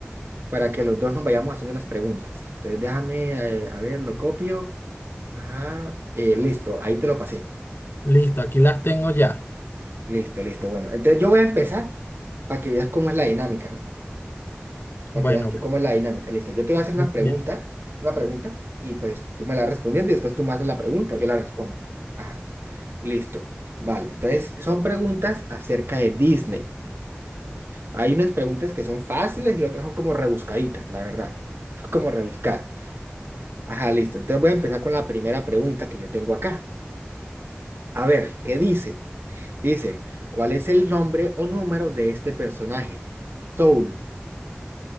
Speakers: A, on the right; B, on the left.
A: para que los dos nos vayamos haciendo las preguntas. Entonces déjame, eh, a ver, lo copio. Ajá, eh, listo, ahí te lo pasé.
B: Listo, aquí las tengo ya.
A: Listo, listo, bueno. Entonces yo voy a empezar para que veas cómo es la dinámica, ¿no? Para
B: Bueno,
A: que veas tú
B: bueno,
A: cómo es la dinámica, listo. Yo te voy a hacer una
B: li-
A: pregunta,
B: li-
A: una pregunta, y pues tú me la respondes y después tú me haces la pregunta, yo la respondo. Ajá, listo. Vale, entonces son preguntas acerca de Disney. Hay unas preguntas que son fáciles y otras son como rebuscaditas, la verdad. Son como rebuscadas. Ajá, listo. Entonces voy a empezar con la primera pregunta que yo tengo acá. A ver, ¿qué dice? Dice, ¿cuál es el nombre o número de este personaje? Soul.